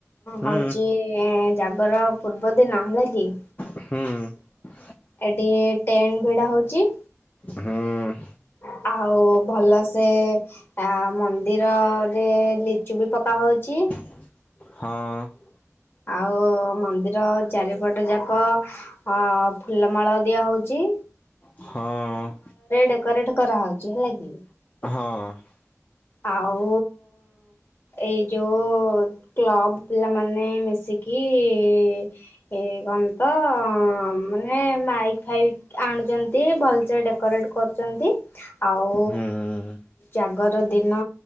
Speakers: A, on the left; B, on the left.
A: ହୁଁ
B: ହଉଚି ଜାଗର ପୂର୍ବଦିନ ହେଲା କି
A: ହୁଁ।
B: ଏଠି ଟେଣ୍ଟ ଭିଡା ହେଉଚି।
A: ହୁଁ।
B: <inaudible> ଆଉ ଭଲସେ ଆ ମନ୍ଦିରରେ ଲିଚୁ ବି ପକା ହଉଚି।
A: ହଁ।
B: ଆଉ ମନ୍ଦିର ଚାରିପଟ ଯାକ ଅ ଫୁଲମାଳ ଦିଆ ହଉଚି। ଚି
A: ହଁ।
B: ଡେକୋରେଟ କରାହଉଚି ହେଲା କି।
A: ହଁ।
B: ଆଉ ଏଇ ଯୋଉ କ୍ଲବ ପିଲା ମାନେ ମିଶିକି। କି ଏ କଣ ତ ମୁରେ ମାଇକ ଫାଇକ ଆ ଆଣୁଚନ୍ତି ଭଲସେ ଡେକୋରେଟ କରୁଛନ୍ତି ଆଉ
A: ହୁଁ।
B: ଜାଗ ର ଦିନ